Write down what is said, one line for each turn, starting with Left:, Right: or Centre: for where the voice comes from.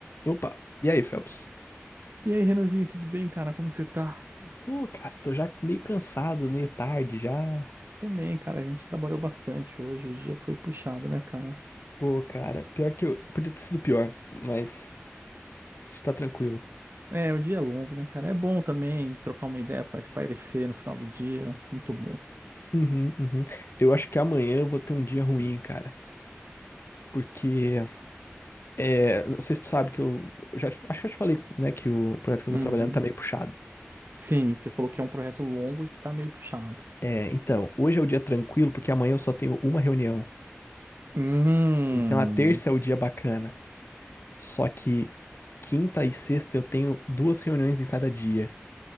Left: Opa, e aí, Phelps?
Right: E aí, Renanzinho, tudo bem, cara? Como que você tá?
Left: Pô, cara, tô já meio cansado, meio tarde já.
Right: Também, cara, a gente trabalhou bastante hoje, o dia foi puxado, né, cara?
Left: Pô, cara, pior que eu. Podia ter sido pior, mas está tranquilo.
Right: É, o dia é longo, né, cara? É bom também trocar uma ideia pra espairecer no final do dia, muito bom.
Left: Uhum, uhum. Eu acho que amanhã eu vou ter um dia ruim, cara. Porque, é, não sei se tu sabe que eu, eu já te- acho que eu te falei, né, que o projeto que eu
Right: Uhum.
Left: tô trabalhando tá meio puxado.
Right: Sim, você falou que é um projeto longo e que tá meio puxado.
Left: É, então, hoje é o dia tranquilo, porque amanhã eu só tenho uma reunião.
Right: Hum,
Left: Então a terça é o dia bacana. Só que quinta e sexta eu tenho duas reuniões em cada dia.